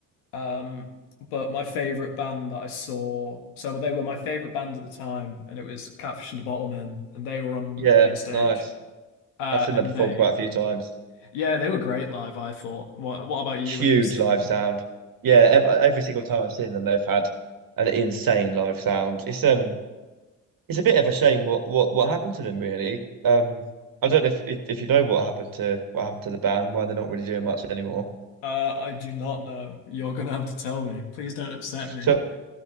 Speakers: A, on the left; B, on the right.
A: Um but my favorite band that I saw, so they were my favorite band at the time and it was Catfish and the Bottlemen and they were on
B: yeah.
A: main stage.
B: Nice.
A: Uh
B: I've seen
A: and
B: her perform
A: they
B: quite a few times.
A: yeah, they were great live, I thought. What what about you
B: Huge
A: when you've seen
B: live
A: them?
B: sound. Yeah, ev every single time I've seen them, they've had an insane live sound. It's um, it's a bit of a shame what what what happened to them really. Um, I don't know if if, if you know what happened to what happened to the band and why they're not really doing much anymore.
A: Uh, I do not know. You're gonna have to tell me. Please don't upset me.
B: So,